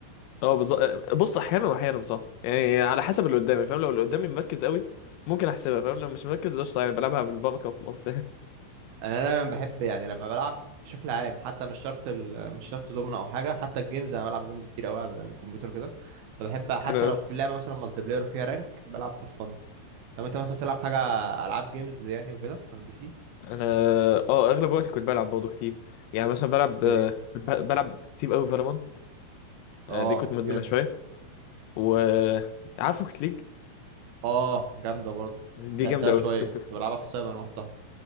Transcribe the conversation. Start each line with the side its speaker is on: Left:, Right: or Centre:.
Left: اه بالظبط بص احيانا واحيانا بصراحه يعني على حسب اللي قدامي فاهم لو اللي قدامي مركز قوي ممكن احسبها فاهم لو مش مركز قشطه يعني بلعبها بالبركه وخلاص يعني
Right: انا دايما بحب يعني لما بلعب بشكل عام حتى مش شرط ال... مش شرط دومنا او حاجه حتى الجيمز انا بلعب جيمز كتير قوي على الكمبيوتر كده فبحب
Left: <laughs>
Right: حتى
Left: انا
Right: لو في لعبه مثلا مالتي بلاير وفيها رانك بلعب فور فن طب انت مثلا بتلعب حاجه العاب جيمز يعني وكده على البي سي
Left: انا اه اغلب وقتي كنت بلعب برضه كتير يعني مثلا بلعب
Right: زي
Left: آه،
Right: ايه
Left: كنت ب- بلعب كتير قوي فالورانت
Right: اه
Left: دي كنت مدمنها
Right: جامد
Left: شويه و عارف روكيت ليج
Right: اه جامده برضو
Left: دي
Right: لعبتها
Left: جامده قوي
Right: شويه
Left: كنت
Right: كنت
Left: <laughs>
Right: بلعبها في السايبر مع واحد صاحبي